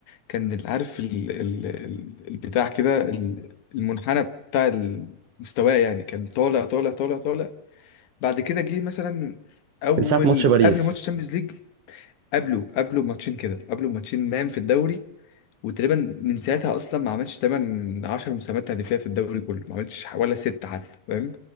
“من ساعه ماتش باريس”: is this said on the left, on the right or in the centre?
Right